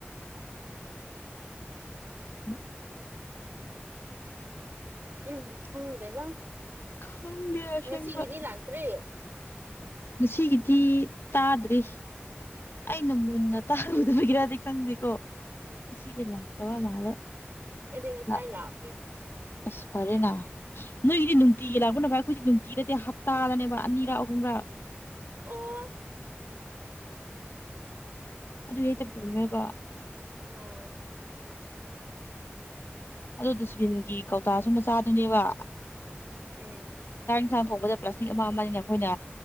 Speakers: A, on the right; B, on the left.
A: <unintelligible>
B: <unintelligible>
A: ꯎꯝ ꯍꯉꯗꯦꯗ
B: ꯈꯪꯗꯦ ꯑꯁꯦꯡꯕ
A: ꯉꯁꯤꯒꯤꯗꯤ ꯂꯥꯛꯇ꯭ꯔꯦ
B: ꯉꯁꯤꯒꯤꯗꯤ ꯇꯥꯗ꯭ꯔꯤ ꯑꯩꯅ ꯃꯨꯟꯅ ꯇꯥꯔꯨꯗꯕꯒꯤꯔꯗꯤ ꯈꯪꯗꯦꯀꯣ ꯁꯤꯗꯤ ꯂꯥꯛꯇꯕ ꯃꯥꯜꯂꯦ
A: ꯑꯗꯨꯩ ꯉꯁꯥꯏ
B: ꯂꯥꯛ
A: ꯂꯥꯛꯑꯒꯦ
B: ꯑꯁ ꯐꯔꯦꯅꯥ ꯅꯣꯏꯒꯤꯗꯤ ꯅꯨꯡꯇꯤꯒꯤ ꯂꯥꯛꯄ ꯅꯚ ꯑꯩꯈꯣꯏꯗꯤ ꯅꯨꯡꯇꯤꯗꯠꯇꯦ ꯍꯞꯇꯥꯗꯅꯦꯕ ꯑꯅꯤꯔꯛ ꯑꯍꯨꯝ <inaudible>
A: ꯑꯣ
B: ꯑꯗꯨ ꯍꯇ ꯄꯣꯃꯦꯕ
A: ꯎꯝ
B: ꯑꯗꯨꯣ ꯗꯁꯕꯤꯟꯒꯤ ꯀꯧꯇꯥꯁꯨ ꯃꯆꯥꯗꯨꯅꯦꯕ
A: ꯎꯝ
B: ꯑꯦꯁꯥꯡ ꯊꯣꯡꯕꯗ ꯄ꯭ꯂꯥꯁꯇꯤꯛ ꯑꯃ ꯑꯃꯅꯤꯅ ꯑꯩꯈꯣꯏꯅ